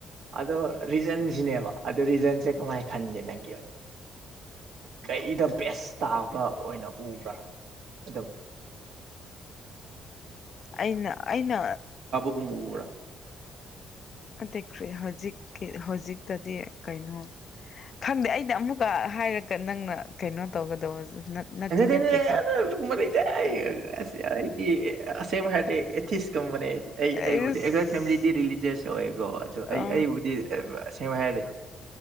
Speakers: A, on the right (about 70°); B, on the left (about 50°).
A: ꯑꯗꯣ ꯔꯤꯖꯟꯁꯤꯅꯦꯕ ꯑꯗꯣ ꯔꯤꯖꯟꯁꯦ ꯀꯃꯥꯏꯅ ꯈꯟꯒꯦ ꯅꯪꯒꯤ ꯑꯣꯏꯅ ꯀꯩꯗ ꯕꯦꯁ ꯇꯥꯕ ꯑꯣꯏꯅ ꯎꯕ꯭ꯔ ꯑꯗꯨꯗꯝ
B: ꯑꯩꯅ ꯑꯩꯅ
A: ꯀꯒꯨꯝꯔꯥ
B: ꯑ ꯀ꯭ꯔꯤ ꯍꯧꯖꯤꯛꯀꯤ ꯍꯧꯖꯤꯛꯇꯗꯤ ꯀꯩꯅꯣ ꯈꯪꯗꯦ ꯑꯩꯗꯤ ꯑꯃꯨꯛꯀ ꯍꯥꯏꯔꯒ ꯅꯪꯅ ꯀꯩꯅꯣ ꯇꯧꯒꯗꯧꯕ ꯅꯠꯇꯤ
A: ꯂꯩ
B: ꯅꯠꯇꯦꯀꯣ
A: <unintelligible> ꯑꯩ ꯑꯩꯗꯤ ꯑꯁꯦꯡꯕ ꯍꯥꯏꯔꯗꯤ ꯑꯦꯊꯤꯁꯀꯨꯝꯕꯅꯦ ꯑꯩ
B: ꯑꯁ
A: ꯑꯩꯕꯨꯗꯤ ꯑꯩꯖꯣꯏ ꯐꯦꯃꯤꯂꯤꯗꯤ ꯔꯤꯂꯤꯖꯁ ꯑꯣꯏꯀꯣ ꯑꯗꯣ
B: ꯑ
A: ꯑꯩ ꯑꯩꯕꯨꯗꯤ ꯑꯁꯦꯡꯕ ꯍꯥꯏꯔꯗꯤ